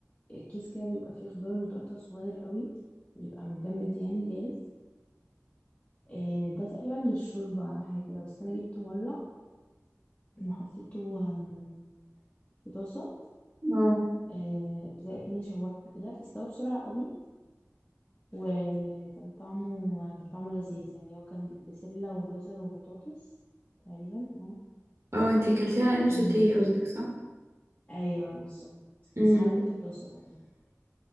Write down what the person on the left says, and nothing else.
كيس كده بيبقى فيه خضار متقطع صغير قوي بيبقى متجمد يعني جاهز آه، ده تقريبا للشوربة او حاجة كده بس انا جبته مرة وحطيته آه، في طاسة
آه، زي كأني شوحته كده استوى بسرعة قوي وكان طعمه كان طعمه لذيذ يعني هو كان بسلة وجزر وبطاطس تقريبا اه
كان
ايوه بالظبط
بس عملته في الطاسه بقى يعني